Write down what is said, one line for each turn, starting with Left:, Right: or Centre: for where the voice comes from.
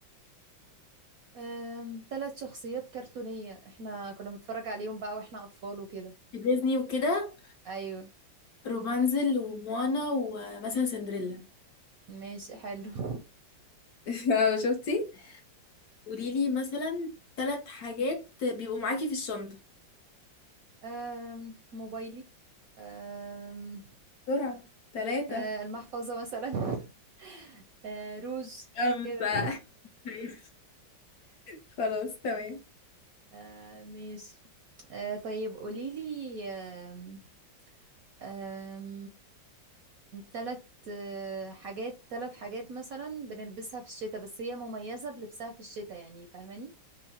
Right: أم... ثلاث شخصيات كرتونية احنا كنا بنتفرج عليهم بقى واحنا أطفال وكده
Left: ديزني وكده
Right: أيوة
Left: روبانزل وموانا ومثلا سندريلا <laughs>
Right: ماشي حلو <laughs>
Left: اه شفتي قوليلي مثلا تلات حاجات بيبقوا معاكي في الشنطة
Right: أم موبايلي أم
Left: بسرعة ثلاثة
Right: أه، المحفظة مثلا <laughs> أه، روز
Left: خمسة
Right: كده
Left: <laughs> ماشي خلاص تمام
Right: آه ماشي آه طيب قوليلي آم، آم، تلت آه، حاجات تلت حاجات مثلا بنلبسها في الشتاء بس هي مميزة بلبسها في الشتاء يعني فاهماني